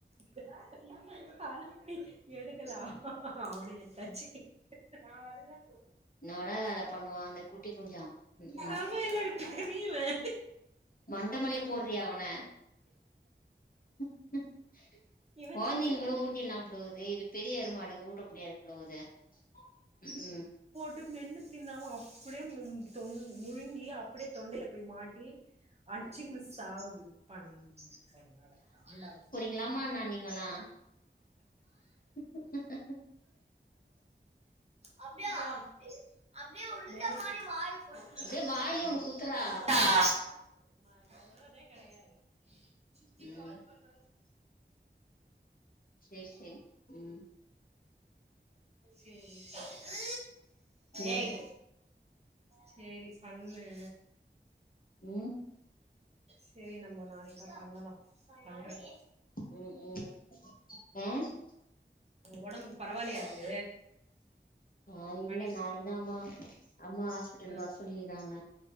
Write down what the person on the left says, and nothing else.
உன்னவுட வேல பண்ணுவா அந்த குட்டி குஞ்சா. உக்கு உம்
மண்டமேலயே போடுடி அவன. <unintelligible>
கொழந்தில
கூட ஊட்டில்லா போலிருக்குது இது பெரிய எருமமாடுக்கு ஊட்ட முடியாது போலருக்குதே உக்கு.
என்னமா நா நீங்களா. <unintelligible>
அப்டியே வாயிலே ஒண்ணு குத்துறா
ம்
சேரி சேரி உம்
சேரிடி
உம்
உம் உம் ஆஹ்
ஆஹ் இல்ல
நாளைக்குதான் அம்மா அம்மா ஹாஸ்பிட்டலுக்கு
வர சொல்லிருறாங்க